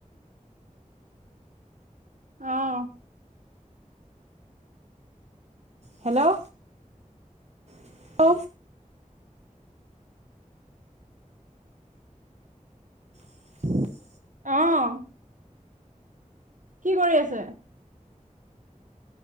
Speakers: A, on the right (about 70°); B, on the right (about 55°).
A: অ'।
B: হেল্ল' <unintelligible> <unintelligible>
A: অ'। কি কৰি আছে?